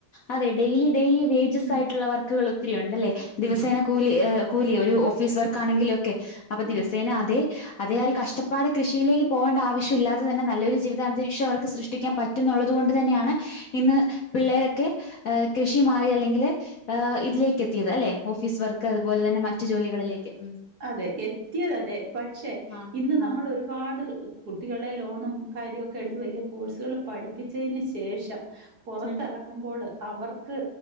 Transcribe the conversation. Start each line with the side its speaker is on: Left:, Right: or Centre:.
Left: അതെ ഡെയിലി ഡെയിലി വേജസ്
Right: ഉം
Left: ആയിട്ടുള്ള വർക്കുകൾ ഒത്തിരി ഉണ്ടല്ലേ
Right: ഉം
Left: ദിവസേനം കൂലി ഏ കൂലി ഒരു ഓഫീസ് വർക്ക് ആണെങ്കിലൊക്കെ അപ്പ
Right: ഉം
Left: ദിവസേന അതേ അതെ ആ ഒരു കഷ്ടപ്പാട് കൃഷിയിലേക്ക് പോകണ്ട ആവശ്യം ഇല്ലാതെ തന്നെ നല്ലൊരു ജീവിതം അന്തരീക്ഷം അവർക്ക് സൃഷ്ടിക്കാൻ പറ്റുന്നുള്ളത് കൊണ്ട് തന്നെയാണ് ഇന്ന് പിള്ളേരൊക്കെ ഹേ കൃഷി മാറി അല്ലെങ്കിൽ ഏ ഇതിലേക്ക് എത്തിയത് അല്ലെ? ഓഫീസ് വർക്ക് അതുപോലെ തന്നെ മ റ്റു ജോലികളിലേക്ക് ഉം
Right: അതെ എത്തിയത് അതെ പക്ഷെ
Left: ആഹ്
Right: ഇന്ന് നമ്മളൊരു
Left: ആഹ്
Right: പാട് കുട്ടികളെ ലോണും കാര്യോക്കെ എടുത്ത് വല്യ കോഴ്സുകൾ പഠിപ്പിച്ചേന് ശേഷം പൊറത്തെറങ്ങുമ്പോള്
Left: ഉം
Right: അവർക്ക്